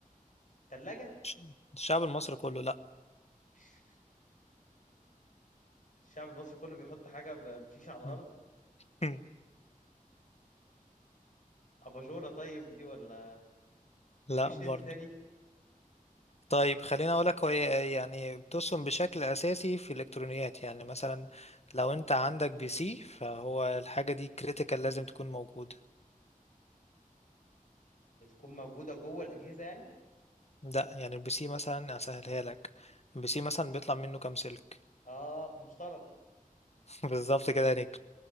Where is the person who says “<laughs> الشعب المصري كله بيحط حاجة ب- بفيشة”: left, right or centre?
Left